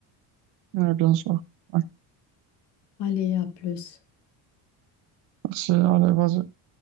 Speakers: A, on the right; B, on the left.
A: Ouais, bien sûr. Ouais,
B: Allez, à plus.
A: Merci. Allez, vas-y.